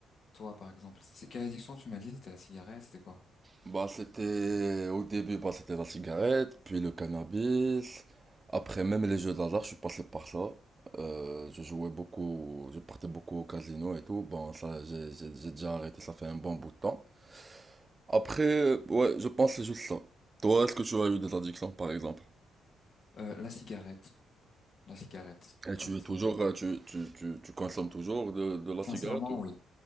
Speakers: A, on the left; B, on the right.
A: toi, par exemple, c'est quelle addiction tu m'as dit? C'était la cigarette, c'était quoi?
B: Bah, c'était au début, bah, c'était la cigarette, puis le cannabis. Après, même les jeux d'hasard, je suis passé par ça. Euh, je jouais beaucoup, je partais beaucoup au casino et tout. Bon, ça, j'ai j'ai- j'ai déjà arrêté, ça fait un bon bout de temps. Après, euh, ouais, je pense que c'est juste ça. Toi, est-ce que tu as eu des addictions, par exemple?
A: Euh, la cigarette. La cigarette, en
B: Et
A: fait.
B: tu es toujours,
A: euh,
B: euh, tu, tu, tu, tu consommes toujours de, de la cigarette?
A: sincèrement,
B: ou-
A: oui.